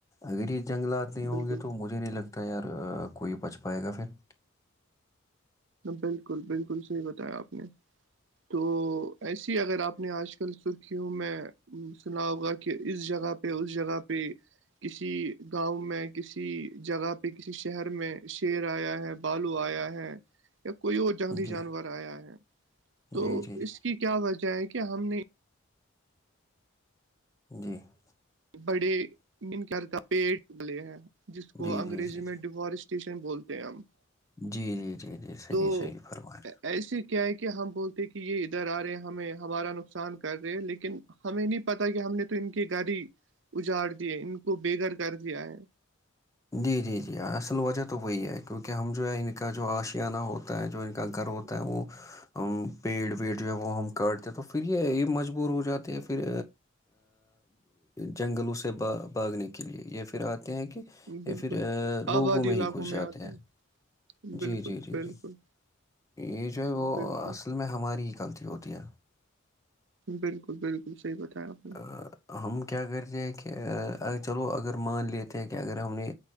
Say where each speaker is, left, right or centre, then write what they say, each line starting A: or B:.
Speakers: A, on the left; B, on the right.
A: اگر یہ جنگلات نہیں ہوں
B: بالکل
A: گے تو مجھے نہیں لگتا <unintelligible> ت یار کوئی بچ پائے گا پھر <unintelligible>
B: بالکل بالکل صحیح بتایا آپ نے تو ایسیے ہی اگر آپ نے آج کل سرخیوں میں سنا ہوگا کہ اس جگہ <unintelligible> پ اس جگہ پہ <unintelligible> کسی گاؤں میں کسی جگہ پہ کسی شہر میں شیر آیا ہے <unintelligible> بالو آیا ہے <unintelligible> کوئی اور جنگلی جانور
A: جی
B: آیا ہے تو
A: جی جی جی
B: اس کی کیا وجہ ہے کہ ہم نے <unintelligible>
A: جی <unintelligible>
B: بڑے م کرتا پیٹ پلے ہیں جس کو
A: جی
B: انگریزی
A: جی جی جی
B: میں ڈیفارسٹ اسش بولتے ہیں ہم <unintelligible>
A: جی جی جی جی صحیح
B: تو
A: صحیح فرمایں
B: ایسے کیا ہے کہ ہم بولتے ہیں کہ یہ ادھر آ رہے ہیں ہمیں ہمارا نقصان کر رہے ہے لیکن <unintelligible> ہمیں نہیں پتا کہ ہم نے تو ان کے گھری اجاڑ دیے ان کو بے گھر کر دیا ہے
A: جی جی جی اصل وجہ تو وہی ہے کیونکہ ہم جو ہے ان کا جو آشیانہ ہوتا ہے جو ان کا گھر ہو ت وہ <unintelligible> پیڑ ویڑ جو ہے وہ ہم کاٹتے تو پھر یہ یہ مجبور ہو جاتے ہیں پھر جنگلوں سے با باگنے کے لیے یہ پھر آتے ہیں کہ یا
B: بالکل
A: پھر لوگوں
B: آبادی
A: میں
B: علاقوں
A: ہی خوش جاتے
B: آتے
A: ہیں <unintelligible>
B: بالکل
A: جی جی جی
B: بالکل
A: جی یہ جو ہے وہ
B: بالکل
A: اصل میں ہماری ہی غلطی ہوتی ہے
B: بالکل بالکل صحیح بتایا آپ نے
A: اور <unintelligible> ہم کیا کرتے ہیں کہ چلو اگر مان لیتے ہیں کہ اگر ہم نے